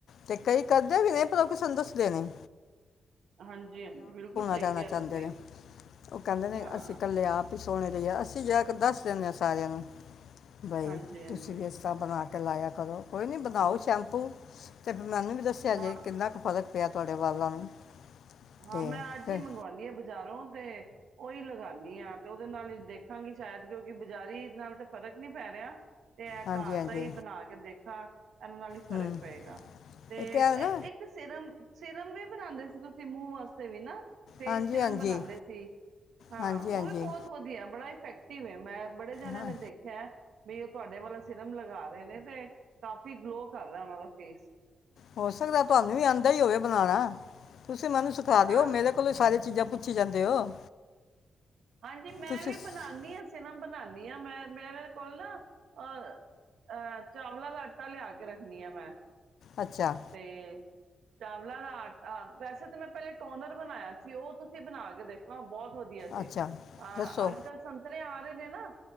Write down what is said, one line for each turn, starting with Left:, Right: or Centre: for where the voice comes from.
Left: ਤੇ ਕਈ ਕਰਦੇ ਵੀ ਨੇ ਪਰ ਉਹ ਕਿਸ ਨੂੰ ਦੱਸਦੇ ਨੀ
Right: ਹਾਂਜੀ ਹਾਂਜੀ ਬਿਲਕੁਲ ਸਹੀ
Left: ਰਹਿਣਾ
Right: ਕਿਹਾ
Left: ਚਾਹੁੰਦੇ
Right: ਤੁਸੀਂ।
Left: ਨੇ ਉਹ ਕਹਿੰਦੇ ਨੇ
Right: ਹਾਂ,
Left: ਅਸੀਂ ਇਕੱਲੇ ਆਪ ਸੁਣ ਮੇਰੇ ਯਾਰ, ਅਸੀਂ ਜਾਕੇ ਦੱਸ ਦੇਨੇਆ। ਸਾਰਿਆਂ ਨੂੰ, ਬਈ
Right: ਹਾਂਜੀ-ਹਾਂਜੀ,
Left: ਤੁਸੀਂ ਵੀ ਇਸ ਤਰ੍ਹਾਂ ਬਣਾ ਕੇ ਲਾਇਆ ਕਰੋ, ਕੋਈ ਨੀ ਬਣਾਓ ਸ਼ੈਂਪੂ ਤੇ ਮੈਨੂੰ ਵੀ ਦੱਸਿਆ
Right: ਨਾ
Left: ਜੇ, ਕਿੰਨਾ ਕੁ ਫ਼ਰਕ ਪਿਆ ਤੁਹਾਡੇ ਵਾਲਾਂ ਨੂੰ
Right: ਹਾਂ,
Left: ਤੇ
Right: ਮੈਂ ਅੱਜ
Left: ਫਿਰ
Right: ਹੀ ਮੰਗਵਾਉਦੀ ਆ ਬਜ਼ਾਰੋਂ ਤੇ ਉਹੀ ਲਗਾਨੀ ਹਾਂ ਤੇ ਉਹਦੇ ਨਾਲ ਦੇਖਾਂਗੀ ਸ਼ਾਇਦ ਕਿਉਂਕਿ ਬਾਜ਼ਾਰੀ ਨਾਲ ਤੇ ਫ਼ਰਕ ਨਹੀਂ ਪੈ ਰਿਹਾ। ਤੇ ਇਹ
Left: ਹਾਂਜੀ
Right: ਘਾਰ
Left: ਹਾਂਜੀ
Right: ਦਾ ਹੀ ਬਣਾ ਕੇ ਦੇਖਾ ਇਹਨਾਂ ਨਾਲ ਹੀ ਫ਼ਰਕ
Left: ਹੂੰ
Right: ਪਏਗਾ, ਤੇ
Left: ਇੱਕ ਹੈ ਨਾ
Right: ਇੱਕ ਸਿਰਮ ਸਿਰਮ ਵੀ ਬਣਾਉਂਦੇ ਸੀ ਤੂੰ ਕਿ ਮੂੰਹ ਵਾਸਤੇ ਵੀ ਨਾ। ਫੇਸ
Left: ਹਾਂਜੀ
Right: ਸਿਰਮ
Left: ਹਾਂਜੀ
Right: ਬਣਾਉਂਦੇ ਸੀ, ਹਾਂ
Left: ਹਾਂਜੀ
Right: ਉਹ
Left: ਹਾਂਜੀ
Right: ਵੀ ਬਹੁਤ ਵਧੀਆ ਬੜਾ ਇਫੈਕਟਿਵ ਹੈ, ਮੈਂ ਬੜੇ ਜਾਣਿਆਂ
Left: ਹਾਂ
Right: ਨੇ ਦੇਖਿਆ। ਬਈ ਉਹ ਤੁਹਾਡੇ ਵਾਲਾ ਸਿਰਮ ਲਗਾ ਰਹੇ ਨੇ, ਤੇ ਕਾਫੀ ਗਲੋ ਕਰ ਰਿਹਾ ਉਹਨਾਂ ਦਾ ਫੇਸ।
Left: ਹੋ ਸਕਦਾ ਤੁਹਾਨੂੰ ਵੀ ਆਉਂਦਾ ਹੀ ਹੋਵੇ, ਬਣਾਉਣਾ ਤੁਂ ਤੁਸੀਂ ਮੈਨੂੰ ਸਿਖਾ ਦਿਓ,
Right: ਹਾਂ
Left: ਮੇਰੇ ਕੋਲੋਂ ਸਾਰੀਆਂ ਚੀਜ਼ਾਂ ਪੁੱਛੀ ਜਾਂਦੇ ਹੋ।
Right: ਹਾਂਜੀ ਮੈਂ
Left: ਤੁਸੀਂ
Right: ਵੀ
Left: ਸ-
Right: ਬਣਾਉਂਦੀ ਹਾਂ ਸ ਨਾ ਬਣਾਉਦੀ ਮੈਂ ਮੇਰੇ ਕੋਲ ਨਾ ਅਹ ਅਹ ਚਾਵਲਾਂ ਦਾ ਆਟਾ ਲਿਆ ਕੇ ਰੱਖਣੀ ਆ ਮੈਂ
Left: ਅੱਛਾ
Right: ਤੇ ਚਾਵਲਾਂ ਦਾ ਆ ਆ ਵੈਸੇ ਤਾਂ ਮੈਂ ਪਹਿਲੇ ਟੋਨਰ ਬਣਾਇਆ ਸੀ ਉਹ ਤੁਸੀਂ ਬਣਾ ਕੇ ਦੇਖਣਾ ਬਹੁਤ ਵਧੀਆ ਸੀ
Left: ਅੱਛਾ
Right: ਅਹ
Left: ਦੱਸੋ
Right: ਅੱਜ ਕੱਲ੍ਹ ਸੰਤਰੇ ਆ ਰਹੇ ਨੇ ਨਾ